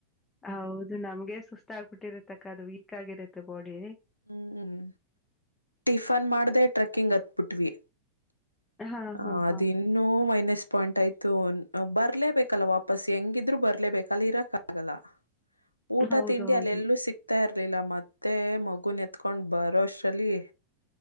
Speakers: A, on the left (about 15°); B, on the left (about 85°).
A: ಹೌದು ನಮ್ಗೆ ಸುಸ್ತ ಆಗ್ಬಿಟ್ಟಿರತಕ್ಕ ಅದು ವೀಕ್ ಆಗಿರುತ್ತೆ ಬಾಡಿ
B: ಹ್ಮ್ ಹ್ಮ್ ಟಿಫ ಫನ್ ಮಾಡ್ದೇ ಟ್ರಕ್ಕಿಂಗ್ ಹತ್ಬಿಟ್ವಿ
A: ಹಾ
B: ಹ
A: ಹಾ
B: ಅದನ್ನುೂ
A: ಹಾ
B: ಮೈನ ಪಾಯಿಂಟ್ ಆಯ್ತು ಬರ್ಲೇಬೇಕಲ್ಲ ವಾಪಸ್ ಹೆಂಗಿದ್ರು ಬರ್ಲೇಬೇಕಲ್ಲ ಇರಕ್ ಆಗಲ್ಲ ಊಟ
A: ಹೌದು
B: ತಿಂಡಿ
A: ಹೌದು
B: ಅಲ್ಲ ಎಲ್ಲೂ ಸಿಗ್ತಾರ್ ಲಿಲ್ಲ ಮತ್ತೆ ಮಗ ಗುನ್ ಎತ್ಕೊಂಡ್ ಬರೋ ಅಷ್ಟರಲ್ಲಿ